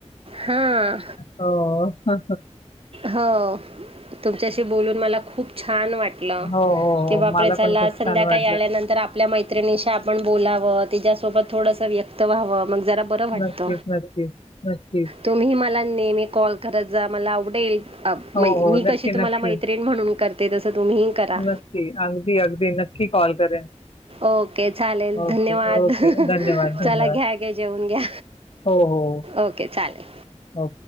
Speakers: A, on the right (about 50°); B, on the left (about 55°).
A: हा
B: हो हो
A: हो. तुमच्याशी बोलून मला खूप छान वाट
B: हो हो.
A: की बापरे
B: मला
A: चला
B: पण खूप
A: संध्याकाळी
B: छान वाटलं.
A: आल्यानंतर आपल्या मैत्रिणीशी आपण बोलावत तिच्यासोबत थोडसं व्यक्त व्हावं मग जरा बरं वाटत
B: नक्कीच नक्कीच नक्कीच
A: तुम्ही मला नेहमी कॉल करत जा मला आवडेल अ
B: हो
A: म
B: हो
A: मी कशी
B: नक्की
A: तुम्हाला
B: नक्की
A: मैत्रिण म्हणून करते तसं तुम्ही करा
B: नक्की अगदी अगदी नक्की कॉल करेन.
A: ओके चालेल
B: ओके,
A: धन्यवाद
B: ओके. धन्यवाद, धन्यवाद.
A: चला घ्या ग जेवण घ
B: हो हो
A: ओके चालेल
B: हो